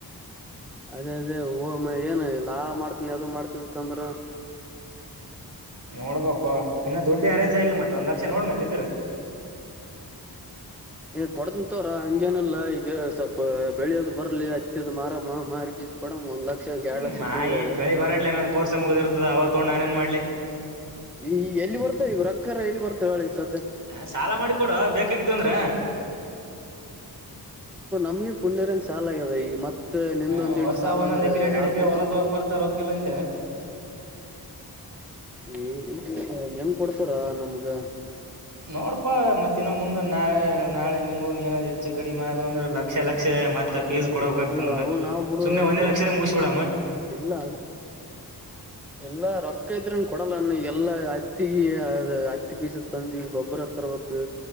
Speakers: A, in the centre; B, on the right (about 50°).
A: ಅದೇ ಅದೇ ಓ ಏನು ಲಾ ಮಾಡ್ತನಿ ಅದ ಮಾಡ್ತನಿ ಅಂತಂದ್ರರು
B: ನೋಡ್ಬಾಕೋ ಇನ್ನು ದುಡ್ಡಿ ಅರೇಂಜ್ ಆಗಿಲ್ ಮತ್ತೆ ಒಂದ್ ಲಕ್ಷ ನೋಡ್ ಮತ್ತ ಇದ್ರ
A: ಏ ಕೊಡತನತೋರು ಹಂಗೇನಿಲ್ಲಾ ಈಗ ಸ್ವಲ್ಪ ಬೆಳಿ ಅದು ಬರ್ಲಿ ಹತ್ತಿದ ಮಾರಮ್ಮ ಮಾರ ಕೇಸು ಕೊಡಮ್ಮ ಒನ್ ಲಕ್ಷ ಎರಡ್
B: ನಿಮ್ಮ್
A: ಲಕ್ಷ
B: ಮಾಯಿ
A: ತಗೊಂಡೋಗ
B: ಬೆಳಿ ಬರತಲೆ ನನ್ ಕೋರ್ಸ ಮುಗುದಿರ್ತದ ಅವಾಗ ತಗೊಂಡು ನಾನೇನ್ ಮಾಡ್ಲಿ.
A: ಈ ಎಲ್ಲಿ ಬರ್ತಾವ ಈಗ ರಕ್ಕರ ಎಲ್ಲಿ ಬರ್ತಾವ ಹೇಳಿ ಸ.
B: ಹ ಸಾಲ ಮಾಡಿ ಕೊಡುವ ಬೇಕಾಗಿದ್ದು ಅಂದ್ರ.
A: ಹ ನಮಗೆ ಕುೊಂಡಿರಂಗಗೆ ಸಾಲ ಆಗ್ಯದ ಈಗತ್ತೆ. ಮತ್ತ ನಿ್ದ
B: ಹ
A: ಒಂದ್ ಎಟ
B: ವರ್ಷ
A: ಸಾಲ
B: ಒಂದೊಂದ್
A: ಅಂದ್ರ
B: ಎಕರೆ ಎರಡ್ ಎರಡ್
A: ಯಾರು
B: ಎಕರೆ
A: ಕೊಡ್ತಾರಪ್ಪ.
B: ಹೊಲ ತಗೋಕ್ ಬರ್ತಾರ ರೊಕ್ಕಿಲ್ಲ ಅಂತ
A: ಏ ಹೆಂಗ್ ಕೊಡ್ತಾರ ನಮ್ಗ.
B: ನೋಡ್ಪಾ ಮತ್ತೆ. ಮತ್ತಿನ ಮುಂದೆ ನಾಳ ನಾಳೆ ನಿಮಗ ಏನಾದ್ ಹೆಚ್ಚು ಕಡಿಮೆ ಅದು ಅಂದ್ರೆ ಲಕ್ಷ ಲಕ್ಷ ಮತ್ತ. ಸ್ ಕೊಡಕ್
A: ಇಲ್ಲ
B: ಆಗ್ತ
A: ಇಲ್ಲ
B: ನೋಡಿ
A: ಅವು ನಾವ್ ಬಿಡು
B: ಸು್ನೆ ಒಂದೇ
A: ಕೊಡ
B: ಲಕ್ಷ ಮುಗಸ ಬಿಡಾಮ.
A: ಇಲ್ಲ ಅದ ಎಲ್ಲಾ ರೊಕ್ಕ ಇದ್ರ. ಕೊಡಲನ್ನ ಎಲ್ಲಾ ಅತ್ತಿಿಗೆ ಅದ ಹತ್ತಿ ಪೀಜ ತಂದಿವ ಗೊಬ್ಬರ ತರ್ಬೇಕಕ್.